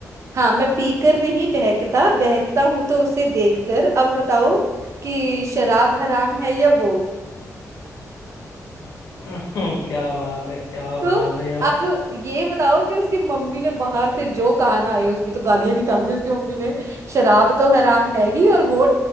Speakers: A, on the right; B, on the left.
A: हाँ मैं पीकर नहीं बहकता बहकता हूं तो उसे देखकर अब बताओ कि शराब हराम है या वो
B: <laughs> हम्म, क्या बात है क्या
A: तो
B: बात है यार
A: अब ये बताओ कि उसकी मम्मी ने बाहर से जो कहा ना आए उसमें तो गालियां निकाल दी उसकी मम्मी ने शराब तो हराम है ही और वो